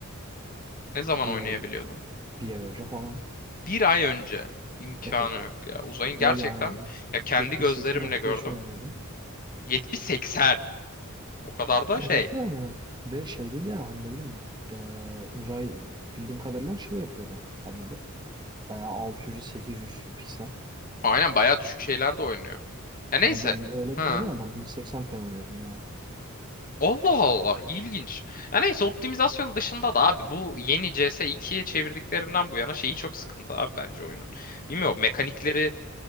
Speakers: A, on the left; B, on the right.
A: Ne zaman
B: Bir
A: oynayabiliyordun?
B: ay önce. Bir ay önce falan.
A: Bir ay önce. İmkanı
B: Evet.
A: yok ya. Uzayın
B: Ve
A: gerçekten
B: yani
A: ya kendi
B: 70-80
A: gözlerimle
B: FPS
A: gördüm.
B: oynuyordum.
A: 70-80. O kadar da
B: Evet
A: şey.
B: yani. Ve şey değil ya hani ne bileyim eee, uzay bildiğim kadarıyla şey yapıyordu. Adı nedir? Bayağı 600-800 piksel.
A: Aynen bayağı düşük şeyler de oynuyor. Ya neyse.
B: Hani ben öyle
A: Ha.
B: de değil ya ben 1080p oynuyordum ya.
A: Allah Allah ilginç. Ya neyse optimizasyon dışında da abi bu yeni cs ikiye çevirdiklerinden bu yana şeyi çok sıkıntı abi bence oyunun. Bilmiyorum mekanikleri